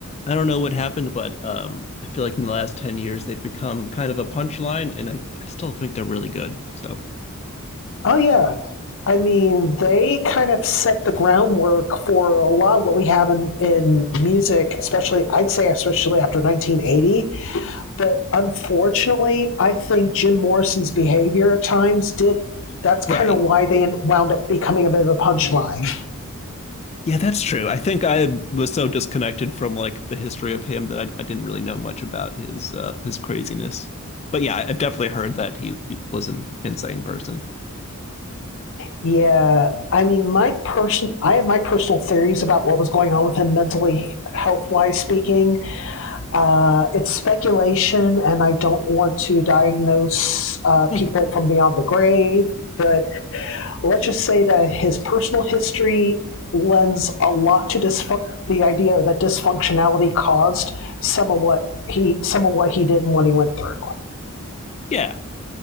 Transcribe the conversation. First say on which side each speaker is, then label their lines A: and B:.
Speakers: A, on the left; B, on the left.
A: I don't know what happened, but um I feel like in the last 10 years they've become kind of a punchline and I, I still think they're really good. So
B: Oh yeah. I mean, they kind of set the groundwork for a lot of what we have in, in music, especially, I'd say, especially after 1980. But unfortunately, I think Jim Morrison's behavior at times did. That's
A: Right.
B: kind of why they wound up becoming a bit of a punchline.
A: Yeah, that's true. I think I was so disconnected from like the history of him that I, I didn't really know much about his uh his craziness. But yeah, I- I've definitely heard that he, he was an insane person.
B: Yeah, I mean, my person, I have my personal theories about what was going on with him mentally, health wise speaking. Uh, it's speculation, and I don't want to diagnose uh,
A: Mhm.
B: people from beyond the grave, but let's just say that his personal history lends a lot to dysf- the idea that dysfunctionality caused some of what he some of what he did and what he went through.
A: Yeah,